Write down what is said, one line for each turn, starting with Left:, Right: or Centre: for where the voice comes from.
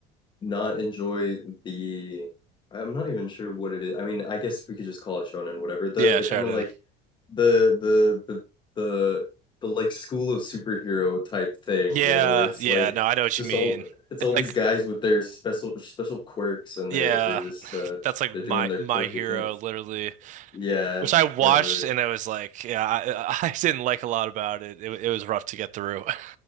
Left: not enjoy the I'm not even sure what it is. I mean, I guess we could just call it shonen, whatever. The
Right: <laughs>
Left: the
Right: Yeah, Sheridan.
Left: kind of like the the the the the like school of superhero type thing,
Right: Yeah,
Left: you know, where it's
Right: yeah.
Left: like
Right: No, I know
Left: it's
Right: what
Left: just
Right: you mean.
Left: all it's
Right: It's
Left: all these
Right: like
Left: guys with their special special quirks and
Right: yeah,
Left: they're they're just uh
Right: <laughs> that's like
Left: they're doing
Right: my
Left: their
Right: my
Left: quirky
Right: hero
Left: things.
Right: literally.
Left: Yeah,
Right: Which I watched
Left: quite literally.
Right: and it was like, yeah, I, <laughs> I didn't like a lot about it. It, it was rough to get through. <laughs>